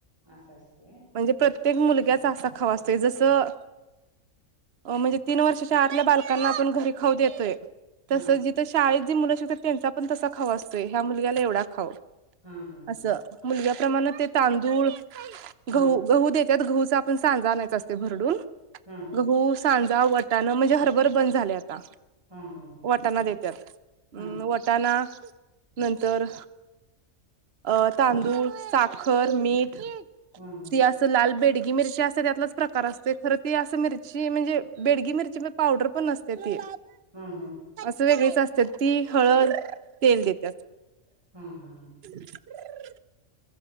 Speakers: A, on the right (about 15°); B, on the right (about 50°).
A: असं असतय
B: म्हणजे प्रत्येक मुलग्याचा असा खाव असतोय जसं अ म्हणजे तीन वर्षाच्या आतल्या बालकांना आपण घरी खाऊ देतोय.
A: हा
B: तसं
A: हा
B: जिथं शाळेत जी मुलं शिकतात, त्यांचा पण तसां खाऊ असतोय ह्या मुलग्याला एवढा खाऊ.
A: हा हा
B: अस
A: हा
B: मुलग्याप्रमाणं ते तांदूळ,
A: हा
B: गहू गहू देत त्यात गहूचा आपण सांजा आणायच असतय भरडून.
A: हा हा हा
B: गहू, सांज जा वटाणं म्हणजे हरभर बंद झाल्यात ता
A: हा हा
B: वटाणा देत्यात, हम्म
A: हा हा
B: वटाणा नंतर अ तांदूळ साखर, मीठ
A: हा
B: ती असं लाल बेडगी मिरची आस च त्यातलाच प्रकार असतय खर ती अस मिरची म्हणजे, बेडगी मिरची म पावडर पण नसते ती.
A: हम्म हम्म.
B: चव वेगळीच असत्यात ती हळद, तेल देत्यात.
A: हा
B: <unintelligible>